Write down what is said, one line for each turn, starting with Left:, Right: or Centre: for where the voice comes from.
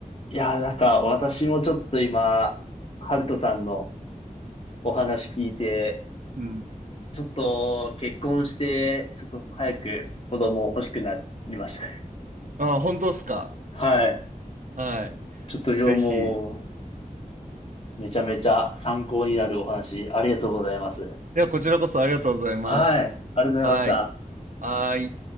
Left: いやー、なんか私もちょっと今、ハルトさんのお話聞いて、
Right: うん。
Left: ちょっと結婚して、ちょっと早く子供欲しくなりまし
Right: あ、本当っすか。
Left: た。はい。
Right: はい。
Left: ちょっと今日も
Right: ぜひ。
Left: う、めちゃめちゃ参考になるお話、ありがとうございます。
Right: では、こちらこそありがとうございます。
Left: はい。ありがとうございました。
Right: はい。はい。